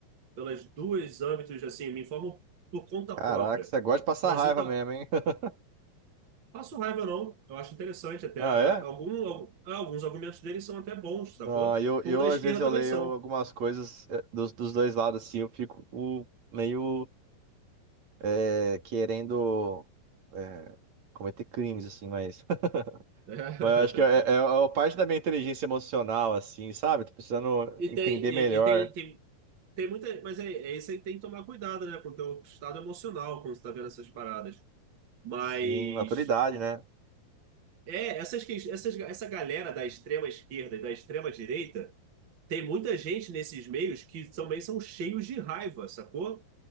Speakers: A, on the right; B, on the right.
A: pelas duas âmbitos, assim, me informo por conta própria.
B: Caraca, você gosta de passar
A: O Brasil
B: raiva
A: tá...
B: mesmo, hein? <laughs>
A: Passo raiva, não. Eu acho interessante até.
B: Ah,
A: A-
B: é?
A: Algum, al- alguns argumentos deles são até bons, sacou?
B: Ah, eu, eu
A: Como da esquerda
B: às vezes eu
A: também
B: leio
A: são.
B: algumas coisas eh, dos, dos dois lados, assim, eu fico o- meio é, querendo é, cometer crimes, assim, mas. <laughs>
A: <laughs>
B: Mas eu acho que é, é é uma parte da minha inteligência emocional, assim, sabe? Tô precisando
A: E
B: entender
A: tem,
B: melhor.
A: e, e tem, tem, tem muita. Mas é, é isso aí, tem que tomar cuidado, né? Com o teu estado emocional quando você tá vendo essas paradas. Mas
B: Sim, maturidade, né?
A: é, essas, que- essas, essa galera da extrema esquerda e da extrema direita, tem muita gente nesses meios que também são cheios de raiva, sacou?